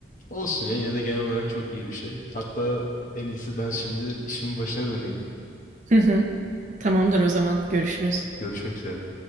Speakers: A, on the left (about 40°); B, on the right (about 40°).
A: Olsun ya yine de genel olarak çok iyi bir şey. Hatta en iyisi ben şimdi işimin başına döneyim.
B: Hı hı. Tamamdır o zaman. Görüşürüz.
A: Görüşmek üzere.